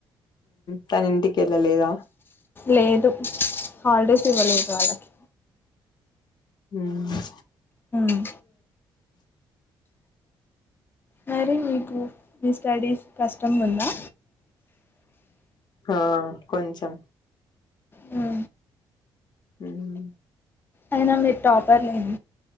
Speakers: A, on the left (about 55°); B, on the left (about 25°).
A: తా ఇంటి కీ వెళ్లలేదా
B: లేదు హాలిడేస్ ఇవ్వలేదు వాళ్ళకి
A: మ్
B: మ్ మరి మీకు మీ స్టడీస్ కస్ మత్తమ్ ఉన్నా
A: ఆ కొంచెం
B: మ్
A: మ్
B: అయినా మీరు టాపర్ లేం